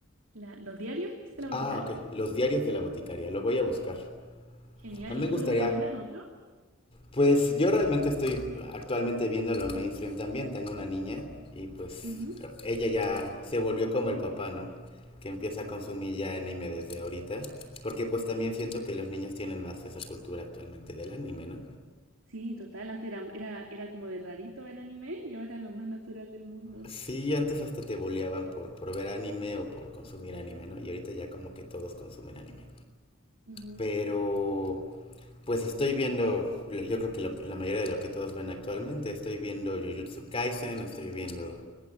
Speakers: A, on the right; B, on the left.
A: La- los diarios de la boticaria.
B: Ah, ok. Los Diarios de la Boticaria. Lo voy a buscar.
A: Genial.
B: A mí
A: ¿Y
B: me gustaría...
A: tú recomiendas otro?
B: Pues yo realmente estoy actualmente viendo lo mainstream también. Tengo una niña y pues
A: Ujú.
B: ella ya se volvió como el papá, ¿no? Que empieza a consumir ya anime desde ahorita. Porque pues también siento que los niños tienen más esa cultura actualmente del anime, ¿no?
A: Sí, total. Antes era, era, era como de rarito ver anime y ahora lo más natural del mundo.
B: Sí, antes hasta te boleaban por, por ver anime o por consumir anime, ¿no? Y ahorita ya como que todos consumen anime.
A: Ujú.
B: Pero pues estoy viendo, yo creo que lo, la mayoría de lo que todos ven actualmente, estoy viendo Jujutsu Kaisen, estoy viendo,